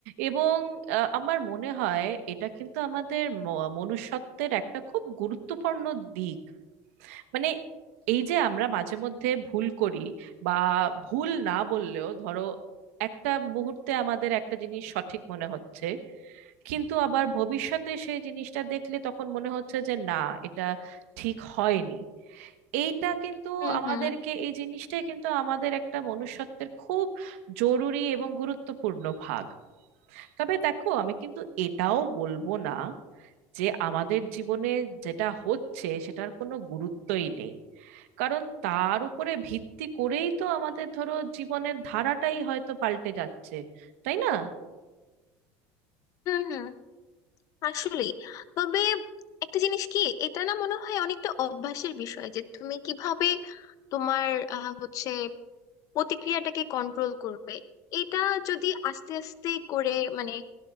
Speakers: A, on the right; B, on the left.
A: এবং আহ, আমার মনে হয় এটা কিন্তু আমাদের ম- মনুষ্যত্বের একটা খুব গুরুত্বপূর্ণ দিক মানে এই যে আমরা মাঝে মধ্যে ভুল করি বা ভুল না বললেও ধরো একটা মুহূর্তে আমাদের একটা জিনিস সঠিক মনে হচ্ছে কিন্তু আবার ভবিষ্যতে সেই জিনিসটা দেখলে তখন মনে হচ্ছে যে না এটা ঠিক হয়নি এইটা কিন্তু
B: হুম
A: আমাদেরকে
B: হুম
A: এই জিনিসটাই কিন্তু আমাদের একটা মনুষ্যত্বের খুব জরুরি এবং গুরুত্বপূর্ণ ভাগ তবে দেখো আমি কিন্তু এটাও বলবো না যে আমাদের জীবনে যেটা হচ্ছে সেটার কোনো গুরুত্বই নেই কারণ তার উপরে ভিত্তি করেই তো আমাদের ধরো জীবনের ধারাটাই হয়তো পাল্টে যাচ্ছে তাই না
B: হুম হুম আসলে তবে একটা জিনিস কি এটা না মনে হয় অনেকটা অভ্যাসের বিষয় যে তুমি কিভাবে তোমার আহ, হচ্ছে প্রতিক্রিয়াটাকে কন্ট্রোল করবে এটা যদি আস্তে আস্তে করে মানে